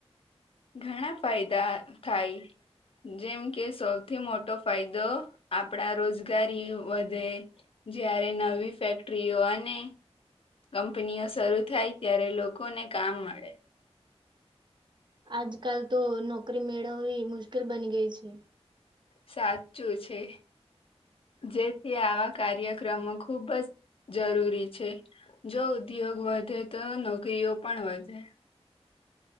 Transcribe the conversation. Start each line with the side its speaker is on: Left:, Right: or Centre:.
Left: ઘણા ફાયદા થાય જેમ કે સૌથી મોટો ફાયદો આપણા રોજગારી વધે, જ્યારે નવી ફેક્ટરીઓ અને કંપનીઓ શરૂ થાય ત્યારે લોકોને કામ મળે.
Right: આજકાલ તો નોકરી મેળવવી મુશ્કેલ બની ગઈ છે.
Left: સાચું છે જેથી આવા કાર્યક્રમો ખુબ જ જરૂરી છે જો ઉદ્યોગ વધે તો નોકરીઓ પણ વધે.